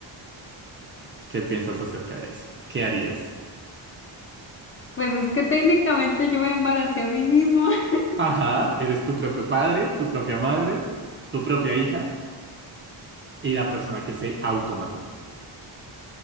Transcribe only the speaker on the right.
¿Qué piensas acerca de eso? ¿Qué harías?
Ajá, eres tu propio padre, tu propia madre, tu propia hija y la persona que se automató.